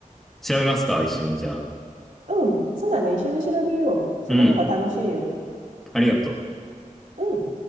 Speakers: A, in the centre; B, on the right.
A: 調べますか、一緒に。じゃあ。
B: うん。そうだね。一緒に調べよう。その方が楽しいよ。
A: うん。ありがとう。
B: うん。